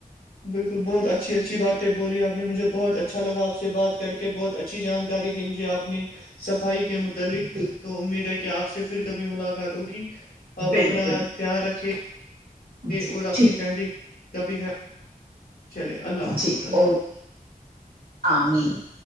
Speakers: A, on the left; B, on the right.
A: بالکل بہت اچھی اچھی باتیں بولی آپ نے مجے بہت اچھاگاپ سے بات کر کے بہت اچھا جانکاری دی مجھے آپ نے صفائی کے متعلق
B: ٹھیک
A: تو امید ہے کہ آپ سے پھر کبھی ملاقات ہوگی آپ
B: بالکل
A: اپنا دھیان رکھیے
B: جی
A: اور اپنی
B: ٹھیک
A: فیملی کا بھی چلے اللہ حافظ
B: ٹھیک
A: اللہ
B: اوکے
A: حافظ
B: امین